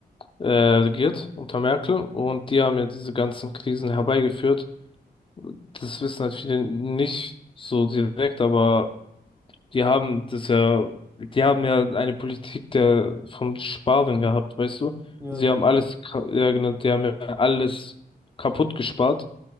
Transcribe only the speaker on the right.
Ja,
die
haben.